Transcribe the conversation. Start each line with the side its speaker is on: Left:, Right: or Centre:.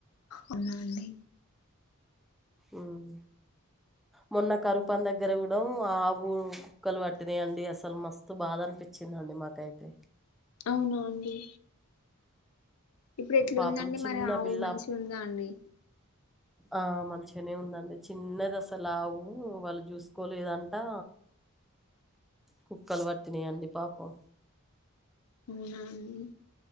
Left: అవునా అండీ
Centre: ఉమ్ మొన్న కరుపన దగ్గర ఉ డం ఆవు కుక్కలు పట్టినయి అండి అసలు మస్తు బాధ అనిపించిందండి మాకైతే
Left: అవునా అండి ఇప్పుడు ఎట్లుందండి
Centre: పాపం చిన్న
Left: మరి ఆవు
Centre: పిల్ల
Left: మంచిగుందా అండి
Centre: ఆ మంచిగనే ఉందండి చిన్నది అసలు ఆవు వాళ్ళు చూసుకోలేదంటా కుక్కలు పట్టినాయండి పాపం
Left: అవునా అండి